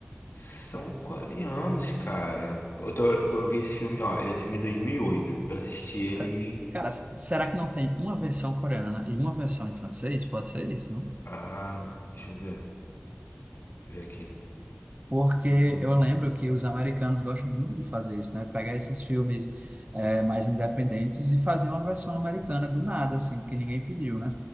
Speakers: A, on the left (about 65°); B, on the right (about 35°).
A: são coreanos, cara. Eu, tô- eu vi esse filme, ó, ele é filme de 2008. Eu assisti ele
B: Se-
A: em.
B: Cara, s- será que não tem uma versão coreana e uma versão em francês? Pode ser isso, não?
A: Ah, deixa eu ver. Deixa eu ver aqui.
B: Porque
A: Pum,
B: eu
A: pum.
B: lembro que os americanos gostam muito de fazer isso, né? Pegar esses filmes eh, mais independentes e fazer uma versão americana do nada, assim, que ninguém pediu, né?